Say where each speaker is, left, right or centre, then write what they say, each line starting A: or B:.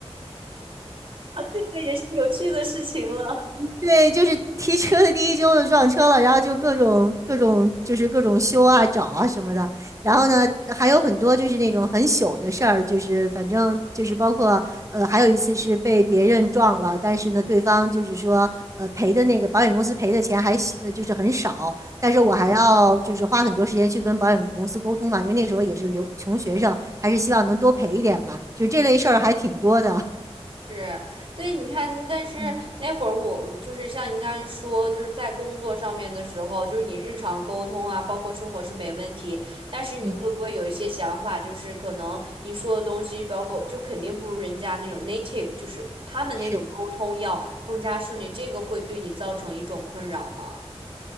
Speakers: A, on the right; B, on the right.
A: 啊，这个也是有趣的事情了。
B: 对，就是提车的第一周就撞车了，然后就各种各种就是各种修啊、找啊什么的。然后呢，
A: 嗯
B: 还有很多就是那种很糗的事儿，就是反正就是包括呃，还有一次是被别人撞了，但是呢，对方就是说呃赔的那个保险公司赔的钱还呃就是很少，但是我还要就是花很多时间去跟保险公司沟通嘛，因为那时候也是留穷学生，还是希望能多赔一点嘛，就是这类事儿还挺多的。
A: 是，对，你看，但是那会儿我就是像您刚才说，
B: 嗯
A: 就是在工作上面的时候，就是你日常沟通啊，包括生活是没问题，但是你会不会有一些想法，
B: 嗯，
A: 就是可能你说的东西，包括就肯定不如人家那种 native，就是他们那种沟通要更加顺利，
B: 是。
A: 这个会对你造成一种困扰吗？